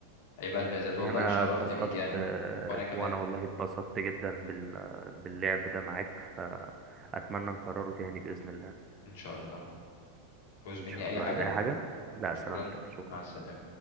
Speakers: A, on the left (about 60°); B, on the right (about 30°).
A: عيب قلبي يا زياد والله
B: أنا
A: اتشرفت
B: اتبسطت
A: بيك يعني
B: آه،
A: وانا كمان
B: وأنا والله اتبسطت جدا بال... باللعب ده معاك فأتمنى نكرره تاني بإذن الله
A: ان شاء الله تعوز
B: إن
A: مني
B: شاء
A: اي
B: الله
A: حاجة
B: عايز أي حاجة؟ لا
A: شكرا
B: سلامتك شكرا
A: مع السلامة